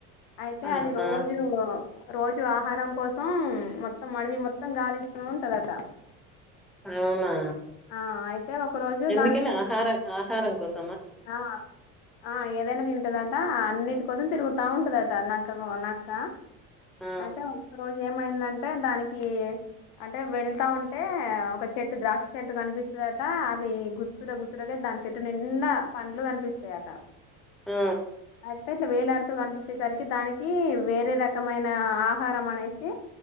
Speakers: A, on the left (about 70°); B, in the centre.
A: అయితే
B: ఆ
A: అది రోజు
B: ఆ,
A: రోజు ఆహారం కోసం మొత్తం అడివి మొత్తం గాలిస్తూ ఉంటదట
B: అవునా
A: ఆ అయితే ఒక రోజు
B: ఎందుకని
A: దానికి
B: ఆహారం కోసము
A: ఆ ఆ ఏదైనా తింటదంట అన్నిటి కోసం తిరుగుతుందట రా ఉంటదట నక్క నక్క
B: ఆ
A: అయితే ఒక రోజు ఏమైందంటే దానికి అంటే వెళ్తా ఉంటే ఒక చెట్టు ద్రాక్ష చెట్టు కనిపిస్తుందట అవి గుత్తుర గుతురకే దాని చెట్టు నిన్న పండ్లు కనిపిస్తాయిట
B: ఆ
A: అతే ఇట్లా వేలాడుతూ కనిపి వచ్చేసరికి దానికి వేరే రకమైన ఆహారం అనేసి